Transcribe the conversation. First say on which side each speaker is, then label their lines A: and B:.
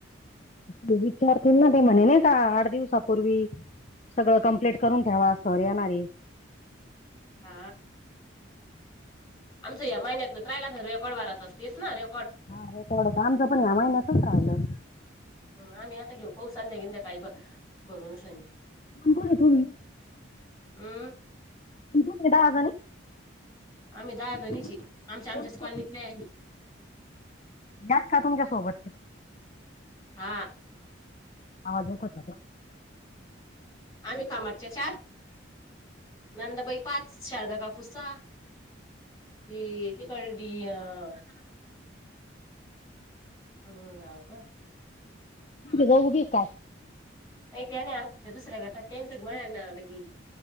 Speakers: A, on the left; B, on the left.
A: ते विचारतील ना ते म्हणे नाही का आठ दिवसापूर्वी सगळं कंप्लीट करून ठेवा सर येणारे
B: हा आमचं या महिन्यातलं राहिला का रेकॉर्ड भरायचा असतेस ना रेकॉर्ड
A: हा रेकॉर्ड होत आमचा पण ह्या महिन्यातच राहिलं
B: हम आम्ही आता घेऊ पाहू संध्या बिंध्याकाळी भरून स
A: <unintelligible> तुम्ही
B: हम्म.
A: ते दहाजणी
B: आम्ही दहा जणीची आमच्या आमच्याच
A: कोण-
B: कॉलनीतले आहे आम्ही
A: त्याच का तुमच्या सोबत
B: हा.
A: आवाज येतोय का
B: आम्ही कामाटच्या चार नंदबाई पाच शारदा काकू सहा हे ते कळली अह हम्म हव का
A: <unintelligible>
B: नाही <unintelligible> दुसऱ्या गटात <unintelligible>